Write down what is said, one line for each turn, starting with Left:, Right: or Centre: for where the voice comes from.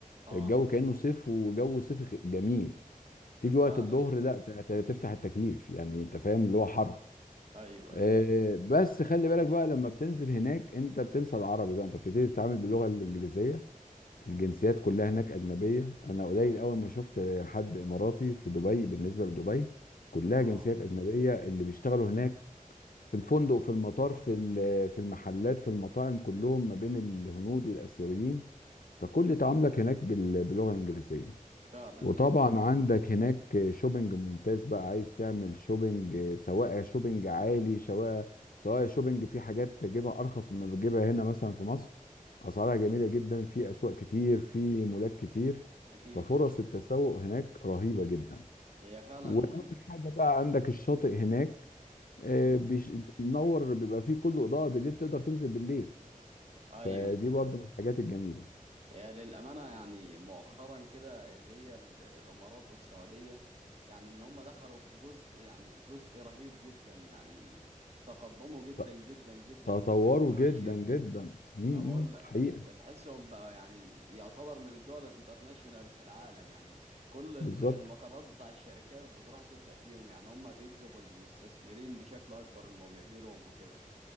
Right: اه
Left: الجو كانه صيف وجو صيفي خ- جميل تيجي وقت
Right: فعلا
Left: الظهر لا ت- ت- تفتح التكييف يعني انت فاهم اللي هو حر
Right: ايوه
Left: آه،
Right: ايوه
Left: بس خلي بالك بقى لما بتنزل هناك انت بتنسى العربي بقى انت بتبتدي تتعامل باللغه الانجليزيه الجنسيات كلها هناك اجنبيه انا قليل اول ما شفت حد اماراتي في دبي بالنسبه لدبي كلها
Right: اه
Left: جنسيات اجنبيه اللي بيشتغلوا هناك في الفندق في المطار في ال- في المحلات في المطاعم كلهم ما بين الهنود والاسيويين فكل تعاملك هناك بال- باللغه الانجليزيه
Right: فعلا
Left: وطبعا عندك هناك شوبينج ممتاز بقى عايز تعمل شوبينج سواء شوبينج عالي سواء سواء شوبينج في حاجات تجيبها ارخص مما بتجيبها هنا مثلا في مصر اسعارها جميله جدا في اسواق كتير في مولات كتير
Right: اكيد
Left: ففرص التسوق هناك رهيبه جدا
Right: هي فعلا
Left: واهم حاجه بقى عندك الشاطئ هناك آه،
Right: مم.
Left: بيش- بينور بيبقى فيه كله اضاءه بالليل تقدر تنزل بالليل
Right: ايوه
Left: فدي برضو من الحاجات الجميله
Right: هي للامانه يعني مؤخرا كده اللي هي ال- الامارات والسعوديه يعني ان هم دخلوا في جزء يعني جزء رهيب جدا يعني تقدموا جدا
Left: ت-
Right: جدا جدا
Left: تطوروا
Right: في التكنولوجيا
Left: جدا جدا م-
Right: ما بقول
Left: م،
Right: لك
Left: حقيقه
Right: وتحسهم بقى يعني يعتبر من الدول الانترناشونال في العالم يعني كل ال-
Left: بالظبط
Right: المقرات بتاع الشركات بتروح تبدأ فيهم يعني هم بيجذبوا المستثمرين بشكل اكبر انهم يجي لهم وكده